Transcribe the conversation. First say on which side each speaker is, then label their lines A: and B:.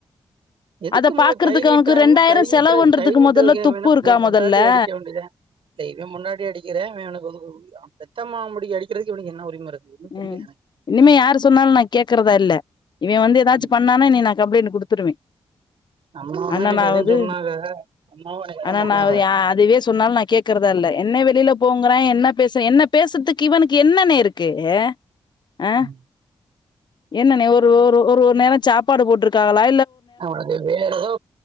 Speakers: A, on the right; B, on the left.
A: எதுக்கு
B: அத
A: மு
B: பாக்குறதுக்கு
A: கை நீட்றா
B: அவனுக்கு
A: என்ன
B: ரெண்டாயிரோ
A: கை நீட்ற
B: செலவு பண்றதுக்கு
A: கை நீட்றதுக்
B: மொதல்ல
A: இவெ
B: துப்பு
A: என்ன
B: இருக்கா
A: இவெ பொண்டாட்டி
B: மொதல்ல
A: அடிக்க வேண்டியதே இல்ல இவெ பொண்டாட்டி அடிக்கிறே இவனுக்கு <unintelligible> <unintelligible> முடி அடிக்கிறதுக்கு இவனுக்கு என்ன உரிமை இருக்கு ஒன்னு புரியல
B: ம்
A: எனக்கு
B: இனிமே யாரு சொன்னாலு நா கேக்கறதா இல்ல இவே வந்து எதாச்சு
A: ம்
B: பண்ணான இனி நா கம்ப்ளைண்ட் குடுத்துடுவே
A: அம்மாவு
B: அண்ணனாவது
A: எனக்கு அதா சொன்னாங்க அம்மாவு எனக்கு
B: அண்ணனாவது
A: அதா சொன்னாங்க
B: யா அதுவே சொன்னாலு நா கேக்குறதா இல்ல என்னை வெளில போங்கற என்ன பேசு என்ன பேசுதுக் இவனுக் என்னன்னேருக் கே ஹ ஆ
A: ம்
B: என்னன்னே ஒரு ஒரு ஒரு ஒர் நேரோ சாப்பாடு போட்ருக்காகளா
A: ஆ அது வேறெதோ